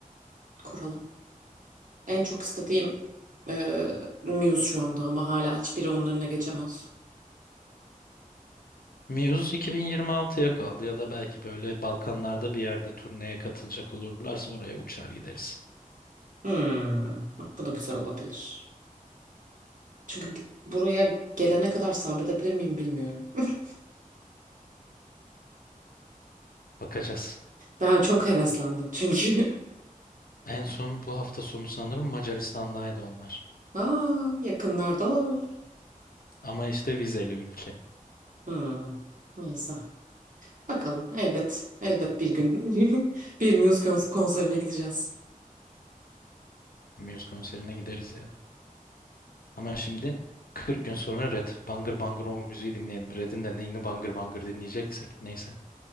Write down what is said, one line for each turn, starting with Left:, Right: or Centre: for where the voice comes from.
Right: Kuralım. En çok istediğim e, Muse şu anda ama hala hiçbiri onun önüne geçemez.
Left: Muse 2026'ya kaldı ya da belki böyle Balkanlarda bir yerde turneye katılacak olurlarsa oraya uçar gideriz.
Right: Hmm, bak bu da güzel olabilir. Çünkü bu- buraya gelene kadar sabredebilir miyim bilmiyorum. <laughs>
Left: Bakacağız.
Right: Ben çok heveslendim çünkü.
Left: En son bu hafta sonu sanırım Macaristan'daydı onlar.
Right: <laughs> Aa, yakınlardalar.
Left: Ama işte vizeli ülke.
Right: Hmm, neyse. Bakalım elbet elbet bir gün <laughs> bir Muse kons- konserine gideceğiz.
Left: Muse konserine gideriz ya. Ama şimdi 40 gün sonra Red. Bangır bangır o müziği dinleyelim. Red'in de neyini bangır bangır dinleyeceksek. Neyse.